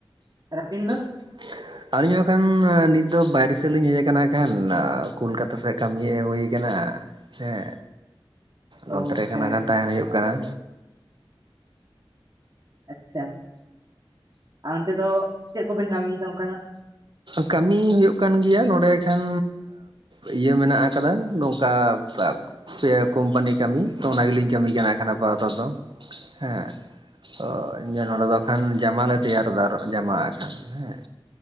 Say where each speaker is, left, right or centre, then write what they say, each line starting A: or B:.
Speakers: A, on the right; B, on the right.
A: ᱟᱨ ᱟᱵᱤᱱ ᱫᱚ?
B: ᱦ <inaudible> ᱟᱹᱞᱤᱧ ᱦᱚᱸ ᱟᱠᱷᱟᱱ ᱱᱤᱛ ᱫᱚ ᱵᱟᱭᱨᱮ ᱥᱮᱫ ᱞᱤᱧ ᱦᱮᱡ ᱟᱠᱟᱱᱟᱱ ᱠᱷᱟᱱ ᱟᱜ ᱠᱳᱞᱠᱟᱛᱟ ᱥᱮᱫ ᱠᱟᱹᱢᱤ ᱦᱮᱡ ᱦᱩᱭ ᱠᱟᱱᱟ, ᱦᱮᱸ ᱱᱚᱛᱮᱨᱮ
A: ᱚ
B: ᱟᱠᱷᱟᱱ
A: ᱦᱮᱸ
B: ᱦᱟᱠᱟᱱ ᱛᱟᱦᱮᱸᱱ ᱦᱩᱭᱩᱜ ᱠᱟᱱᱟ᱾
A: ᱟᱪᱪᱷᱟ ᱟᱨ ᱚᱱᱛᱮ ᱫᱚ ᱪᱮᱫ ᱠᱚᱵᱮᱱ ᱠᱟᱹᱢᱤ ᱡᱚᱝ ᱠᱟᱱᱟ?
B: ᱠᱟᱹᱢᱤ ᱦᱩᱭᱩᱜ ᱠᱟᱱ ᱜᱮᱭᱟ ᱱᱚᱸᱰᱮ ᱠᱷᱟᱱ ᱤᱭᱟᱹ ᱢᱮᱱᱟᱜ ᱟᱠᱟᱫᱟ ᱱᱚᱝᱠᱟ <unintelligible> ᱠᱳᱢᱯᱟᱱᱤ ᱠᱟᱹᱢᱤ ᱛᱚ ᱚᱱᱟ ᱜᱮᱞᱤᱧ ᱠᱟᱹᱢᱤ ᱠᱟᱱᱟ ᱦᱟᱠᱷᱟᱱ ᱟᱯᱟᱛᱚ ᱛᱚ ᱫᱚ ᱦᱮᱸ ᱚ ᱧᱚ ᱱᱚᱸᱰᱚ ᱫᱚ ᱠᱷᱟᱱ ᱡᱟᱢᱟᱞᱮ ᱛᱮᱭᱟᱨᱫᱟ ᱟᱨ ᱡᱟᱢᱟ ᱦᱟᱠᱷᱟᱱ ᱦᱮᱸ